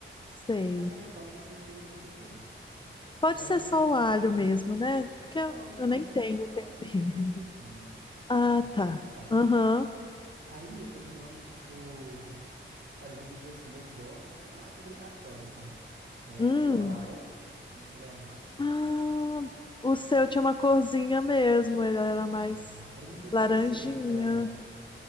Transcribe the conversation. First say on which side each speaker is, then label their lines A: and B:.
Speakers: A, on the left (about 25°); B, on the right (about 60°).
A: sei.
B: Mas você refoga com o tempero de sua preferência.
A: Pode
B: E aí
A: ser
B: você
A: só
B: põe.
A: o alho mesmo, né? Porque eu
B: Pode,
A: eu
B: mas
A: nem
B: você
A: tenho
B: tem que pôr um salzinho
A: tempero.
B: depois por
A: <laughs>
B: cima.
A: Ah,
B: Não fica
A: tá.
B: sem sal.
A: Aham.
B: Aí eu também gosto de pôr. Olha, eu vou dizer assim, eu gosto, mas eu acho obrigatório, tá? É
A: Hum.
B: colorau. Você põe colorau.
A: Ah, o seu tinha uma corzinha mesmo, ele era mais
B: É, para mim toda
A: laranjinha.
B: receita,